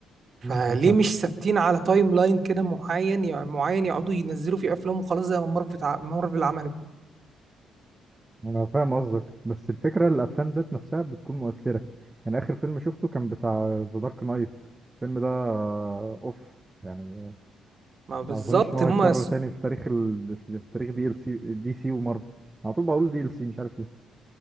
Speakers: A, on the right; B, on the right.
A: فليه
B: مم، أنا فاهم
A: مش ثابتين على تايم لاين كده معين يعني معين يقعدوا ينزلوا فيه أفلام وخلاص زي ما مارفل ع- مارفل عملوا
B: أنا فاهم قصدك بس الفكرة الأفلام ذات نفسها بتكون مؤثرة يعني آخر فيلم شفته كان بتاع ذا دارك نايت الفيلم ده آه، أوف يعني
A: ما
B: ما
A: بالظبط
B: اظنش ان هو
A: هم
B: هيتكرر تاني في تاريخ ال... في تاريخ دي ال سي دي سي ومارفل على طول بقول دي ال سي مش عارف ليه